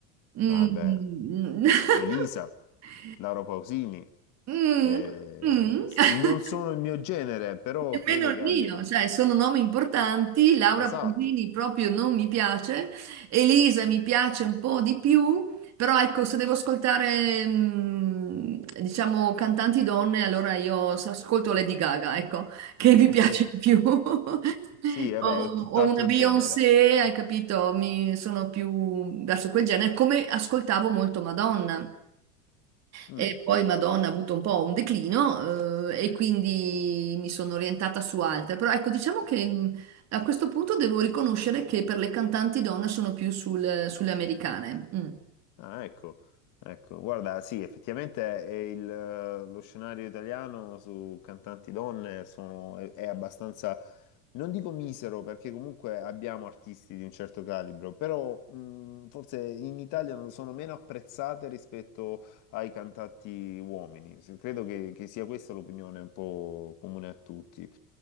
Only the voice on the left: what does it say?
Ah beh, mm, Elisa,
Lauro Pausini,
eh,
s-
non sono il mio genere, però
credo
che
abbiano...
Esatto.
<laughs>
Sì, vabbè,
è tutt'altro
genere.
Mm.
Ah, ecco, ecco, guarda, sì, effettivamente è il, eh, lo scenario italiano su cantanti donne sono- è, è abbastanza, non dico misero, perché comunque abbiamo artisti di un certo calibro, però mh, forse in Italia non sono meno apprezzate rispetto ai cantanti uomini. Se- Credo che, che sia questa l'opinione un po' comune a tutti.